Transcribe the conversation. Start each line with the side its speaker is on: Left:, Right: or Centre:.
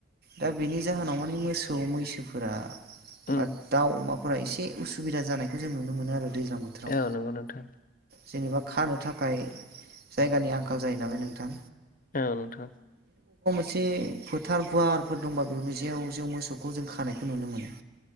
Right: दा बेनि जाहोनाव माने मोसौ मैसोफोरा
Left: उम
Right: बा दाउ अमा फोरा एसे उसुबिदा जानायखौ जों नुनो मोनो। आरो दैज्लां बोथोराव
Left: औ नंगौ नोंथां
Right: जेनेबा खानो थाब थाखाय जायगानि आंखाल जायो नालाय नोंथां।
Left: औ नोंथां।
Right: एसे फोथार गुवारफोर दंबा बे जेव जेव मोसौखौ जों खानायखौ नुनो मोनो।